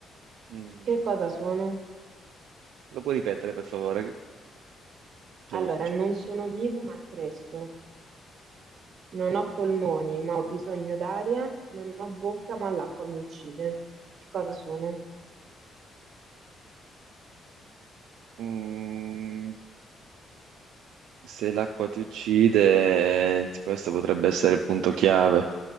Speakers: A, on the right; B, on the right.
A: Mm,
B: Che cosa sono?
A: Lo puoi ripetere per favore? Che Devo
B: Allora,
A: concentrarmi.
B: non sono vivo ma cresco, non ho polmoni ma ho bisogno d'aria, non ho bocca ma l'acqua mi uccide. Che cosa sono?
A: Mm, se l'acqua ti uccide, questo potrebbe essere il punto chiave,